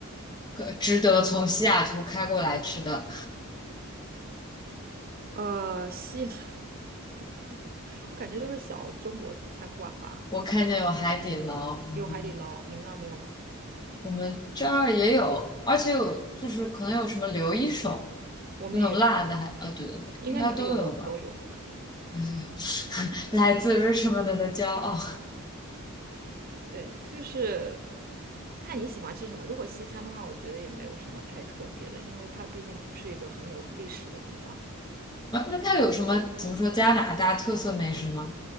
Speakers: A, on the left (about 20°); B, on the right (about 45°).
A: 可值得从西雅图开过来吃的。
B: 呃，西雅 <laughs> 西雅图，我感觉都是小中国餐馆吧，
A: 我看见有海底捞，嗯
B: 有海底捞，你们那儿没有吗？
A: 我们这儿也有，而且有就是可能有什么刘一手
B: 我们也有，
A: 那种辣的还，啊，对对对，
B: 应该你们有的我们都有。
A: 应该都有吧。<laughs> 哎呀来自 Richmond 的骄傲。
B: 对，就是看你喜欢吃什么。如果西餐的话，我觉得也没有什么太特别的，因为它毕竟不是一个很有历史的地方。
A: 啊，那它有什么怎么说加拿大特色美食吗？